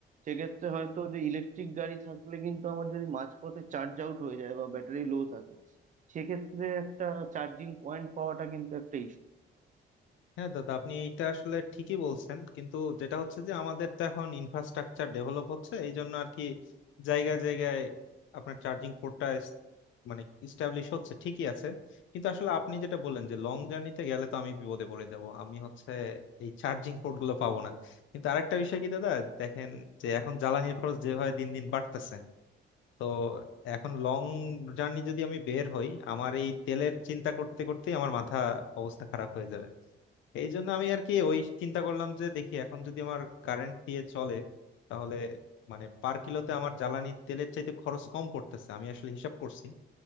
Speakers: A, on the right; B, on the left.
A: সেক্ষেত্রে হয়তো যে ইলেকট্রিক গাড়ি থাকলে কিন্তু আমার যদি মাঝপথে চার্জ আউট হয়ে যায় বা ব্যাটারি লো থাকে সেক্ষেত্রে একটা চার্জিং পয়েন্ট পাওয়াটা কিন্তু একটা
B: হ্যাঁ দাদা আপনি এইটা আসলে ঠিকই বলছেন কিন্তু যেটা হচ্ছে যে আমাদের তো এখন ইনফ্রাস্ট্রাকচার ডেভেলপ হচ্ছে এই জন্য আর কি জায়গায় জায়গায় আপনার চার্জিং পোর্টটা মানে ইস্টাবলিশ হচ্ছে ঠিকই আছে কিন্তু আসলে আপনি যেটা বললেন যে লং জার্নিতে গেলে তো আমি বিপদে পড়ে যাব আমি হচ্ছে এই চার্জিং পোর্ট গুলো পাবো না কিন্তু আরেকটা বিষয় কি দাদা দেখেন যে এখন জ্বালানির খরচ যেভাবে দিন দিন বাড়তেছে তো এখন লং জার্নি যদি আমি বের হই আমার এই তেলের চিন্তা করতে করতেই আমার মাথা অবস্থা খারাপ হয়ে যাবে এই জন্য আমি আর কি ওই চিন্তা করলাম যে দেখি এখন যদি আমার কারেন্ট দিয়ে চলে তাহলে মানে পার কিলোতে আমার জ্বালানি তেলের চাইতে খরচ কম পড়তেছে আমি আসলে হিসাব করছি